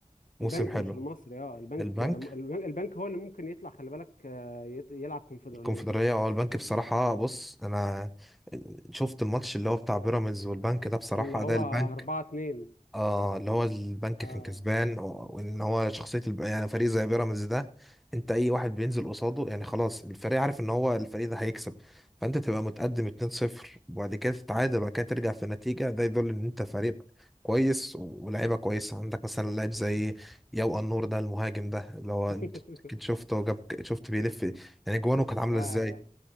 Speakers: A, in the centre; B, on the left.
A: موسم
B: البنك
A: حلو
B: مش المصري اه البنك
A: البنك
B: البنك البنك هو اللي ممكن يطلع خلي بالك آه، يت- يلعب كونفدرالية
A: الكونفدرالية اه البنك بصراحة بص انا شفت الماتش اللي هو بتاع بيراميدز والبنك ده بصراحة
B: اللي هو
A: ده البنك
B: 4 2
A: اه اللي هو البنك
B: اه
A: كان كسبان و- وان هو شخصيه الب... يعني فريق زي بيراميدز ده انت اي واحد بينزل قصاده يعني خلاص الفريق عارف ان هو الفريق ده هيكسب فانت تبقى متقدم 2-0 وبعد كده تتعادل وبعد كده ترجع في النتيجه ده يدل ان انت فريق كويس و- ولاعيبه كويسه عندك مثلا لاعب زي يو النور ده المهاجم ده اللي هو
B: <laughs>
A: انت اكيد شفته وجاب شفت بيلف يعني جوانه كانت عامله
B: لا
A: ازاي